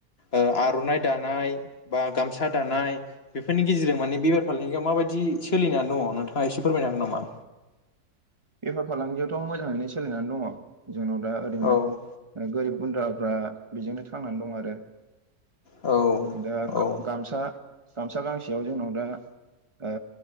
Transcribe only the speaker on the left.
ओ आर'नाइ दानाय बा गामसा दानाय बेफोरनि गेजेरजों माने बेफार फालांगियाव माबायदि दि सोलिनानै दङ नोंथाङा एसे फोरमायनो हागोन नामा?
औ
औ
औ